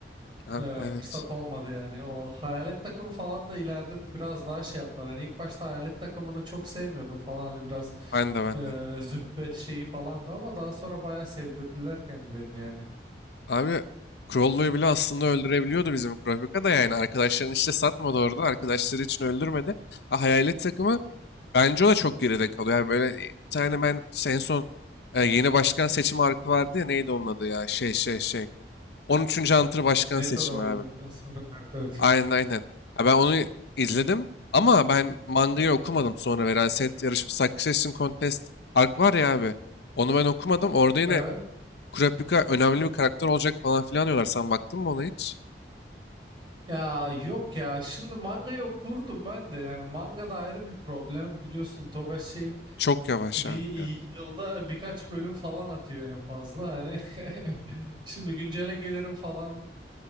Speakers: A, on the left; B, on the right.
A: Ha,
B: Ee,
A: evet.
B: fırsat olmadı yani. O hayalet takımı falan da ileride biraz daha şey yaptılar. Hani ilk başta hayalet takımını çok sevmiyordum falan. Hani biraz
A: Ben de ben
B: e,
A: de.
B: züppe şeyi falan da ama daha sonra bayağı sevdirdiler kendilerini yani.
A: Abi Crollo'yu bile aslında öldürebiliyordu bizim Kurapika da yani. arkadaşların işte satmadı orada. Arkadaşları için öldürmedi. Ha, hayalet takımı bence o da çok geride kalıyor. Yani böyle bir tane ben en son e, yeni başkan seçimi arka vardı ya neydi onun adı ya şey şey şey. On üçüncü Hunter başkan
B: Meteor
A: seçimi
B: öldükten
A: abi.
B: sonra. Evet evet.
A: Aynen aynen. Ha, ben onu izledim ama ben mangayı okumadım sonra Veraset yarışması Succession Contest ark var ya abi. Onu ben okumadım. Orada yine
B: Evet.
A: Kurapika önemli bir karakter olacak falan filan diyorlar. Sen baktın mı ona hiç?
B: Ya yok ya şimdi mangayı okurdum ben de yani manga da ayrı bir problem biliyorsun Togashi
A: Çok yavaş
B: bir
A: abi ya.
B: yılda birkaç bölüm falan atıyor en fazla hani <laughs> şimdi güncele gelirim falan